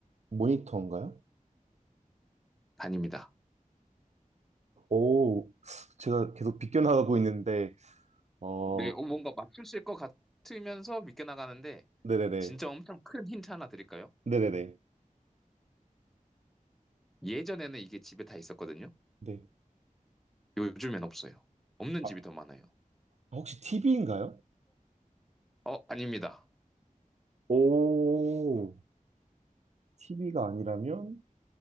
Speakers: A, on the right; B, in the centre.
A: 모니터인가요?
B: 다닙니다.
A: 오, 제가 계속 비껴나가고 있는데, 어,
B: 네, 어, 뭔가 맞추실 것 같으면서 믿게 나가는데
A: 네네네.
B: 진짜 엄청 큰 힌트 하나 드릴까요?
A: 네네네.
B: 예전에는 이게 집에 다 있었거든요.
A: 네.
B: 요즘엔 없어요. 없는
A: 아,
B: 집이 더 많아요.
A: 혹시 TV인가요?
B: 어, 아닙니다.
A: 오, TV가 아니라면?